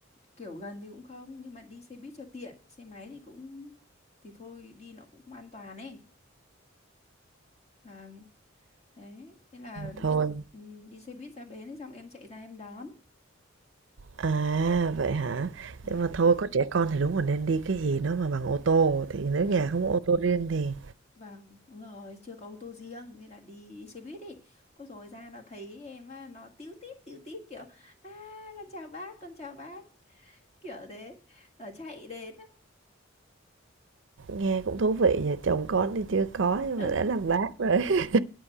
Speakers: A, on the left (about 35°); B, on the right (about 65°).
A: kiểu gần thì cũng không nhưng mà đi xe buýt cho tiện xe máy thì cũng thì thôi đi nó cũng không an toàn ấy vâng thế thế là
B: Thôi,
A: ừ, đi xe buýt ra bến ấy, xong em chạy ra em đón
B: à, vậy hả?
A: vâng
B: Nhưng mà thôi có trẻ con thì đúng là nên đi cái gì nó mà bằng ô tô, thì nếu
A: vâng
B: nhà không có ô tô riêng thì
A: vâng đúng rồi chưa có ô tô riêng thế là đi, đi xe buýt đi ôi rồi ra nó thấy em á, nó tíu tít tíu tít kiểu À, con chào bác, con chào bác. kiểu thế nó chạy đến ấy.
B: nghe cũng thú vị nhỉ, chồng con thì chưa có nhưng
A: ừ
B: mà đã làm bác rồi. <laughs>